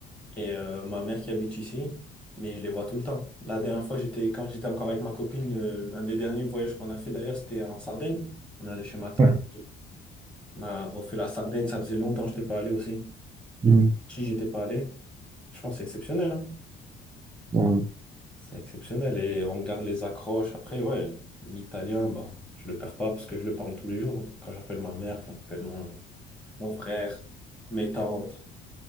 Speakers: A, in the centre; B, on the right (about 25°).
A: Et euh, ma mère qui habite ici, mais je les vois tout le temps. La dernière fois, j'étais, quand j'étais encore avec ma copine, euh, un des derniers voyages qu'on a fait d'ailleurs, c'était en Sardaigne. On allait chez ma tante.
B: Ouais.
A: On a refait la Sardaigne. Ça faisait longtemps que je n'étais pas allé aussi. Depuis
B: Mhm.
A: petit, je n'étais pas allé. Franchement, c'est exceptionnel. hein.
B: Ouais.
A: C'est exceptionnel. Et on garde les accroches. Après, ouais, l'italien, bah, je le perds pas parce que je le parle tous les jours. Quand j'appelle ma mère, quand j'appelle mon, mon frère, mes tantes.